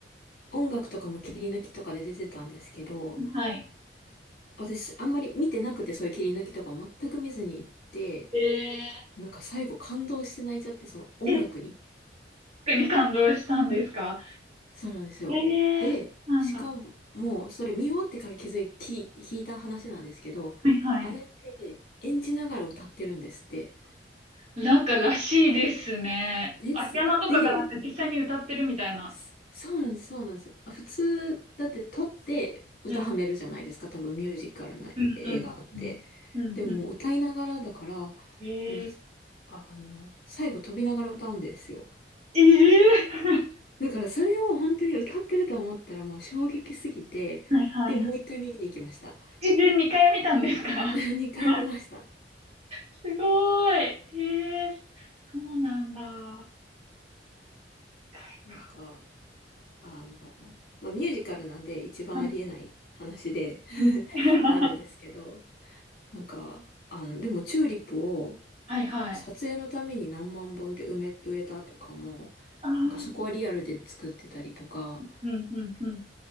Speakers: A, on the left; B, on the right.
A: 音楽とかも切り抜きとかで出てたんですけど、
B: はい。
A: 私、あんまり見てなくて、そういう切り抜きとかも全く見ずに行って、
B: え
A: なんか最後感動して泣いちゃって、その音楽に。
B: ー、え、特に感動したんですか
A: そうなんですよ。
B: えー、
A: で、
B: そうなんだ。
A: しかも、
B: は
A: それ見終わってから気づい、聞い、聞いた話なんですけど、
B: いはい。
A: あれって演じながら歌ってるんですって。
B: なんからしいですね。
A: です。
B: アリアナとかがなんか実際に歌ってるみたいな。
A: で、すそうなんです、そうなんです。あ普通、だって撮って歌はめるじゃないですか、
B: うん、
A: 多分ミュージカルの映画って。
B: うん、うん、うん、うん。
A: でももう歌いながらだから、
B: うんえー、
A: もう、ああの、最後飛びながら歌うんですよ。
B: えー、<laughs>
A: だからそれを本当に歌ってると思ったらもう衝撃すぎて、
B: はいはいは
A: で、もう一回見に行きました。
B: い。えー、2回見たんですか
A: <laughs> 二回見ました。
B: <laughs> すごい。えー、そうなんだ。一回か。
A: なんか、あの、まあ、ミュージカルなんで一番ありえない話で
B: うんうん
A: <laughs>
B: <laughs>
A: はあるんですけど、なんか、あの、でもチューリップを
B: はいはい。
A: 撮影のために何万本って埋め、植えたとかも、
B: ああ、
A: なんかそこはリアルで作ってたりとか、
B: うん、うん、うん。